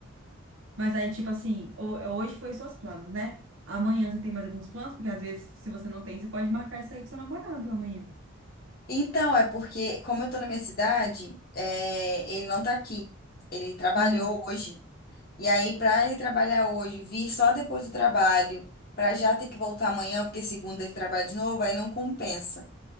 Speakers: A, on the right; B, on the left.
A: Mas aí, tipo assim, ho- hoje foi os seus planos, né? Amanhã você tem mais alguns planos, porque às vezes, se você não tem, você pode marcar isso aí com seu namorado amanhã.
B: Então, é porque, como eu tô na minha cidade, é, ele não tá aqui. Ele trabalhou
A: Hum,
B: hoje. E aí, pra ele trabalhar hoje, vir só depois do trabalho, pra já ter que voltar amanhã, porque segunda ele trabalha de novo, aí não compensa.